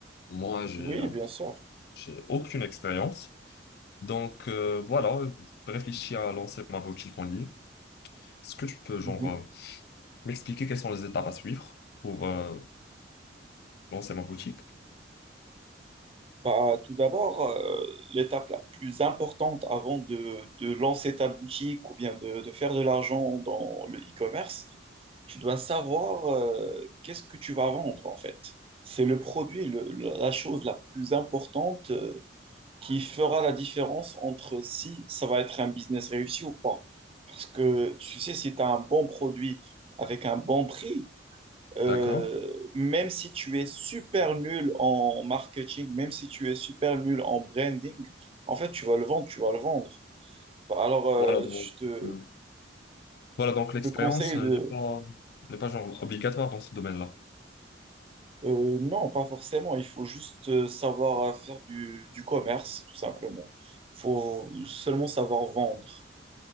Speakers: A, on the left; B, on the right.
A: Moi, j'ai
B: Oui,
A: euh,
B: bien sûr.
A: j'ai aucune expérience. Donc euh, voilà, je réfléchis à lancer ma boutique en ligne. Est-ce que tu peux genre
B: Mhm.
A: euh, m'expliquer quelles sont les étapes à suivre pour euh, lancer ma boutique?
B: Bah, tout d'abord, euh, l'étape la plus importante avant de, de lancer ta boutique ou bien de, de faire de l'argent dans le e-commerce, tu dois savoir euh, qu'est-ce que tu vas vendre en fait. C'est le produit, le- le- la chose la plus importante euh, qui fera la différence entre si ça va être un business réussi ou pas. Parce que tu sais, si tu as un bon produit avec un bon prix, euh,
A: D'accord.
B: même si tu es super nul en marketing, même si tu es super nul en branding, en fait, tu vas le vendre, tu vas le vendre. Bah, Alors, euh,
A: Voilà donc,
B: je te,
A: euh, voilà, donc l'expérience
B: je te conseille
A: euh,
B: de...
A: n'est pas, n'est pas genre obligatoire dans ce domaine-là.
B: euh, non, pas forcément. Il faut juste euh, savoir faire du, du commerce, tout simplement. Il faut seulement savoir vendre.